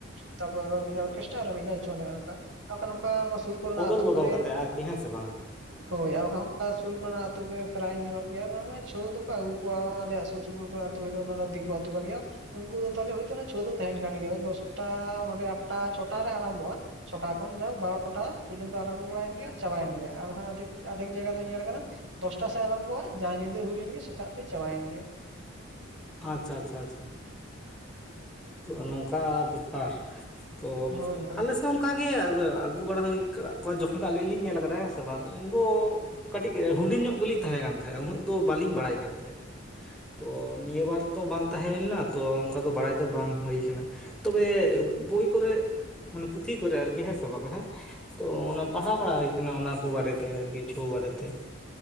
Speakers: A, on the right; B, in the centre.
A: ᱛᱟᱯᱚᱨ ᱟᱨ ᱢᱤᱫ ᱫᱷᱟᱣ ᱚᱨᱠᱮᱥᱴᱟ ᱟᱨ ᱢᱤᱫ ᱫᱷᱟᱣ ᱪᱷᱳ ᱮᱱᱮᱡ ᱱᱚᱠᱟ ᱟᱨ ᱵᱟᱝᱠᱷᱟᱱ ᱱᱚᱝᱠᱟ ᱥᱩᱨᱼᱼ ᱠᱚᱱᱟ
B: ᱚᱫᱚᱞ
A: ᱟᱛᱩ
B: ᱵᱚᱫᱚᱞ
A: ᱠᱚᱨᱮᱱᱼᱼ
B: ᱠᱟᱛᱮ ᱟᱨᱠᱤ ᱦᱮᱸ ᱥᱮ ᱵᱟᱝᱟ?
A: ᱦᱳᱭ ᱟᱨ ᱵᱟᱠᱷᱟᱱ ᱥᱩᱨ ᱠᱚᱨᱮᱱᱟ ᱟᱹᱛᱩ ᱠᱚᱨᱮ ᱯᱨᱟᱭ ᱧᱮᱞᱚᱜ ᱜᱮᱭᱟ ᱵᱟᱝᱢᱟ ᱪᱷᱚ ᱫᱚᱠᱚ ᱟᱹᱜᱩᱼᱼ ᱠᱚ ᱟᱞᱮ ᱥᱩᱨ ᱥᱩᱯᱩᱨ ᱠᱚ ᱟᱛᱩ ᱚᱱᱟ ᱫᱤᱠᱩ ᱟᱛᱩ ᱠᱟᱱ ᱜᱮᱭᱟ ᱾ ᱩᱱᱠᱩ ᱫᱚ ᱛᱟᱦᱚᱞᱮ ᱦᱳᱭ ᱛᱚ ᱪᱷᱳ ᱫᱚ ᱛᱟᱦᱮᱱ ᱠᱟᱱ ᱜᱮᱭᱟ, ᱫᱚᱥᱴᱟ ᱱᱚᱰᱮ ᱟᱴᱴᱟ ᱪᱷᱚᱴᱟ ᱨᱮ ᱟᱨᱟᱢᱵᱚᱜᱼᱟ ᱾ ᱪᱷᱚᱴᱟ ᱠᱷᱚᱱ ᱡᱟᱦᱚᱜ ᱵᱟᱨᱚᱴᱟ ᱯᱚᱨᱡᱚᱱᱼᱼ ᱟᱨᱟᱢᱵᱚ ᱵᱟᱲᱟᱭᱮᱱ ᱜᱮᱭᱟ ᱟᱨ ᱪᱟᱵᱟᱭᱮᱱ ᱜᱮᱭᱟ ᱾ ᱟᱨ ᱵᱟᱠᱷᱟᱱ ᱟᱫᱷᱮᱠ, ᱟᱫᱷᱮᱠ ᱡᱟᱭᱜᱟ ᱫᱚ ᱧᱮᱞ ᱟᱠᱟᱱᱟᱼᱼ ᱫᱚᱥᱴᱟ ᱥᱮᱫ ᱟᱨᱟᱢᱵᱚᱜᱼᱟ ᱡᱟ ᱧᱤᱫᱟᱹ ᱦᱩᱭᱮᱱ ᱜᱮ ᱥᱮᱛᱟᱜ ᱛᱮ ᱪᱟᱵᱟᱭᱮᱱ ᱜᱮ ᱾
B: ᱟᱪᱪᱷᱟ, ᱟᱪᱪᱷᱟ, ᱟᱪᱪᱷᱟ, ᱛᱚ ᱱᱚᱝᱠᱟᱼᱼ ᱵᱮᱯᱟᱨ ᱛᱚ
A: ᱦᱳᱭ ᱦᱳᱭ
B: ᱟᱞᱮ ᱥᱮᱫᱼᱼ ᱚᱱᱠᱟᱜ ᱜᱮ ᱟᱹᱜᱩ ᱵᱟᱲᱟ ᱦᱩᱭ ᱟᱠᱟᱜ ᱠᱚᱣᱟ, ᱡᱚᱠᱷᱚᱱ ᱫᱚ ᱟᱞᱤᱧ ᱞᱤᱧ ᱧᱮᱞ ᱟᱠᱟᱫᱟ ᱦᱮᱸ ᱥᱮ ᱵᱟᱝ ᱩᱱᱫᱚᱼᱼ ᱠᱟᱹᱴᱤᱡ ᱦᱩᱰᱤᱧ ᱧᱚᱜ ᱜᱮᱞᱤᱧ ᱛᱟᱦᱮᱸ ᱠᱟᱱ ᱛᱟᱦᱮᱼᱟ, ᱩᱱᱟᱹᱜ ᱫᱚ ᱵᱟᱞᱤᱧ ᱵᱟᱲᱟᱭ ᱠᱟᱱ ᱛᱟᱦᱮᱸ ᱠᱟᱱᱟ ᱛᱚᱼᱼ ᱱᱤᱭᱟᱹ ᱵᱟᱨ ᱛᱚ ᱵᱟᱝ ᱛᱟᱦᱮᱸ ᱞᱮᱱᱟ ᱛᱚ ᱚᱱᱠᱟ ᱫᱚ ᱵᱟᱲᱟᱭ ᱫᱚ ᱵᱟᱝ ᱦᱩᱭ ᱟᱠᱟᱱᱟ ᱾ ᱛᱚᱵᱮ ᱵᱳᱭ ᱠᱚᱨᱮ ᱚᱱᱮ ᱯᱩᱛᱷᱤ ᱠᱚᱨᱮ ᱟᱨᱠᱤ ᱦᱮᱸ ᱥᱮ ᱵᱟᱝ ᱦᱮᱸᱼᱼ ᱛᱚ ᱚᱱᱟ ᱯᱟᱲᱦᱟᱣ ᱵᱟᱲᱟ ᱦᱩᱭ ᱠᱟᱱᱟ ᱚᱱᱟ ᱠᱚ ᱵᱟᱨᱮ ᱛᱮ ᱟᱨᱠᱤ ᱪᱷᱳ ᱵᱟᱨᱮᱛᱮ ᱾